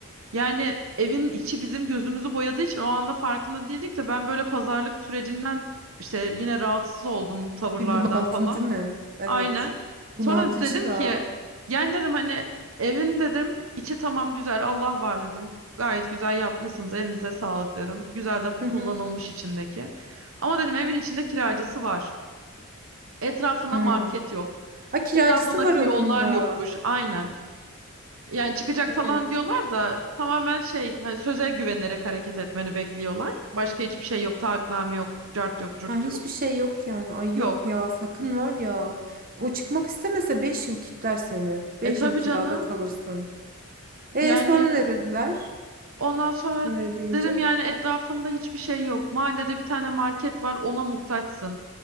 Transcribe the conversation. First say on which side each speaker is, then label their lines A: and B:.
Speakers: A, on the right; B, on the right.
A: yani evin içi bizim gözümüzü boyadığı için o anda farkında değildik de ben böyle pazarlık sürecinden işte yine rahatsız oldum tavırlardan
B: Bir bunaldın
A: falan.
B: değil mi? Evet.
A: Aynen.
B: Bunaltıcı
A: Sonra dedim
B: ya.
A: ki yani dedim hani evin dedim içi tamam güzel Allah var dedim. Gayet güzel yapmışsınız elinize sağlık dedim. Güzel de
B: Hı
A: kullanılmış
B: hı.
A: içindeki. Ama dedim evin içinde kiracısı var. Etrafında
B: Hmm.
A: market yok.
B: Ay kiracısı
A: Etrafındaki
B: var onun
A: yollar
B: da.
A: yokmuş. Aynen. Yani çıkacak
B: Evet.
A: falan diyorlar da tamamen şey hani söze güvenerek hareket etmeni bekliyorlar. Başka hiçbir şey yok. Taahhütname yok. Cart yok. Cürt
B: Ha, hiçbir
A: yok.
B: şey yok yani. Ay
A: Yok.
B: yok ya sakın var ya. O çıkmak istemese 5 yıl kitler seni. beş
A: E tabii
B: yıl kirada
A: canım.
B: kalırsın. E
A: Yani
B: sonra ne dediler?
A: ondan sonra
B: Öyle deyince.
A: dedim yani etrafında hiçbir şey yok. Mahallede bir tane market var. Ona muhtaçsın.